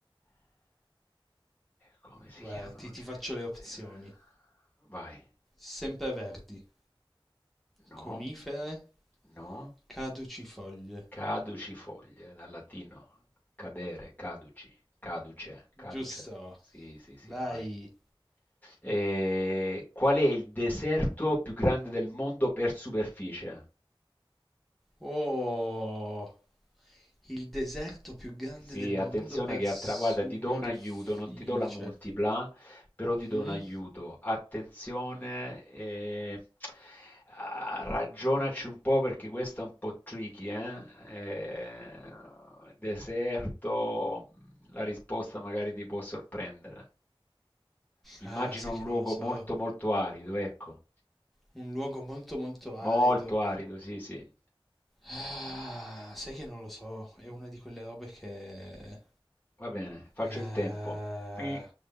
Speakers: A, on the left (about 20°); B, in the centre.
A: Come si
B: Guarda,
A: chiamano
B: ti, ti
A: le
B: faccio
A: piante?
B: le opzioni.
A: Vai.
B: Sempreverdi,
A: No,
B: conifere,
A: no.
B: caducifoglie.
A: Caduci foglie, dal latino cadere, caduci, caduce, caduce.
B: Giusto,
A: Sì, sì, sì,
B: vai.
A: vai. Eh, qual è il deserto più grande del mondo per superficie?
B: Oh, il deserto più grande
A: Sì,
B: del mondo
A: attenzione
B: per
A: che
B: superficie.
A: attra... Guarda, ti do un aiuto, non ti do la multipla, però ti do
B: Mm?
A: un aiuto. Attenzione, eh, ah, ragionaci un po' perché questa è un po' tricky, eh? Eh, Deserto, la risposta magari ti può sorprendere. Immagino
B: Ah, sai
A: un
B: che
A: luogo
B: non lo so.
A: molto molto arido, ecco.
B: un luogo molto molto arido.
A: Molto arido, sì, sì.
B: Ah, sai che non lo so, è una di quelle robe che...
A: Va bene, faccio
B: Ah,
A: il tempo. Pi,